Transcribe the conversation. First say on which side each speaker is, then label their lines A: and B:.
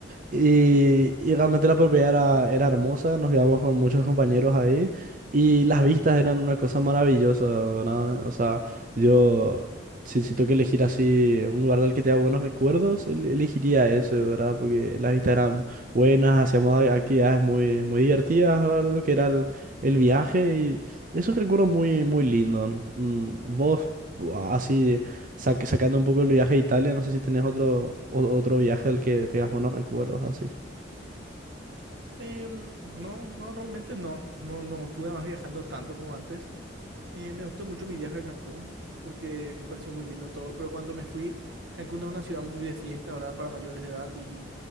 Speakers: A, on the right; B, on the right.
A: Y, y realmente la propiedad era, era hermosa, nos íbamos con muchos compañeros ahí y las vistas eran una cosa maravillosa, ¿verdad? O sea, yo, si, si tengo que elegir así un lugar del que tenga buenos recuerdos, el- elegiría ese, ¿verdad? Porque las vistas eran buenas, hacíamos a- actividades muy, muy divertidas, ¿verdad? Lo que era el, el viaje y es un recuerdo muy, muy lindo. Mm, Vos, pu- así. Sac- sacando un poco el viaje a Italia, no sé si tenés otro, o- otro viaje al que tengas buenos recuerdos así.
B: Em, no, no, realmente no. No, no estuve más viajando tanto como antes. Eh, me gustó mucho mi viaje a Cancún porque me pareció muy lindo todo, pero cuando me fui, Cancún es una ciudad muy de fiesta, ¿verdad? Para mayores de edad y